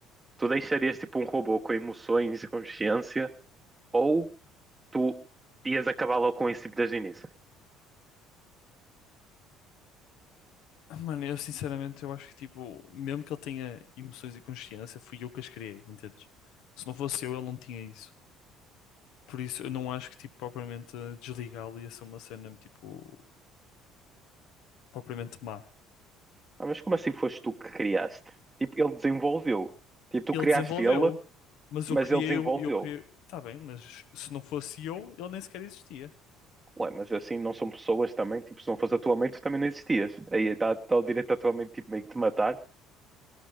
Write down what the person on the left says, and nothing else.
<clears throat> Mano, eu sinceramente eu acho que tipo, mesmo que ele tenha emoções e consciência, fui eu que as criei, entendes? Se não fosse eu, ele não tinha isso. Por isso, eu não acho que tipo propriamente desligá-lo ia ser uma cena tipo propriamente má.
E
ele desenvolveu.
Mas
eu criei,
o eu criei. Tá bem, mas se não fosse eu, ele nem sequer existia.